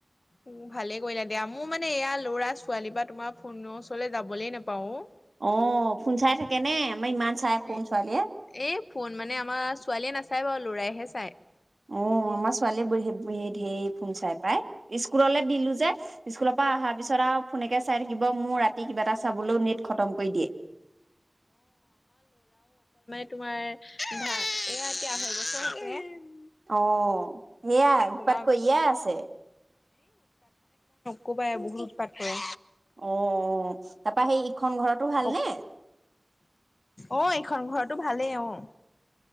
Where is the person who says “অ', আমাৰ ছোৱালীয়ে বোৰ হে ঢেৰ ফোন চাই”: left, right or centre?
Right